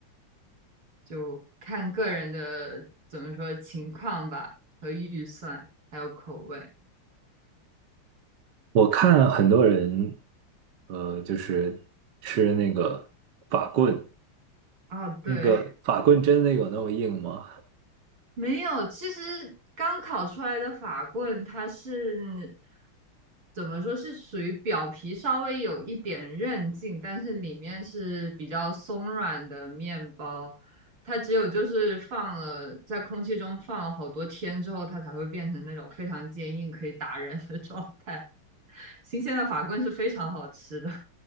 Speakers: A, on the right; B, on the right.
A: 就看个人的怎么说情况吧和预算，还有口味。
B: 我看很多人，呃，就是吃那个法棍，
A: 啊，对，
B: 那个法棍真的有那么硬吗？
A: 没有。其实刚烤出来的法棍，它是怎么说是属于表皮稍微有一点韧劲，但是里面是比较松软的面包。它只有就是放了在空气中放了好多天之后，它才会变成那种非常坚硬可以打人的状态。<laughs> 新鲜的法棍是非常好吃的。